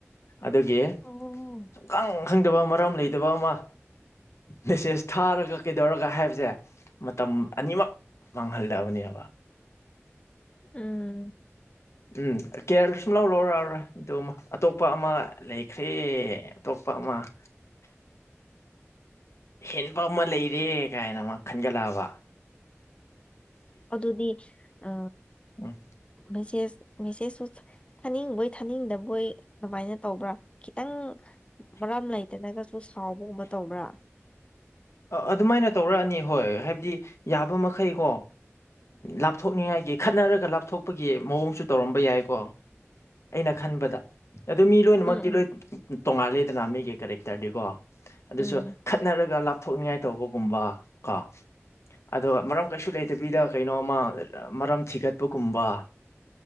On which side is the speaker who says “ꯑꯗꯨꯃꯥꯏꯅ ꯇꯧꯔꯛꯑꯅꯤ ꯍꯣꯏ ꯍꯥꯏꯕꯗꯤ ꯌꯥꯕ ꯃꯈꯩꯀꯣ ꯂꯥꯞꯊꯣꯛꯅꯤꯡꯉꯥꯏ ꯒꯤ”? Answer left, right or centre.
Left